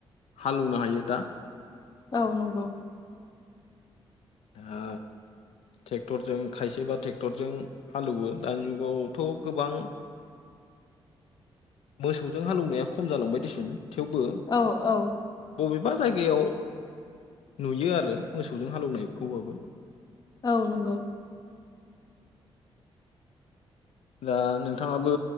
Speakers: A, on the left; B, on the left.
A: हालोवनो हायो दा।
B: औ नंगौ।
A: आ टेक्टरजों खायसेबा टेक्टरजों हालोवो दानि जुगावथ' गोबां मोसौजों हालौनाया खम जालांबाय दिसुन। थेवबो
B: औ औ
A: बबेबा जायगायाव नुयो आरो मोसौजों हालौनायखौबाबो।
B: औ नंगौ
A: दा नोंथाङाबो